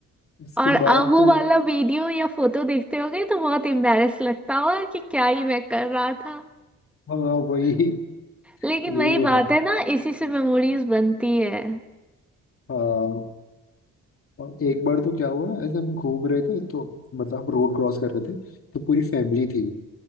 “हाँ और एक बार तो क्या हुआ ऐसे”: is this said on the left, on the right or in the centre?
Left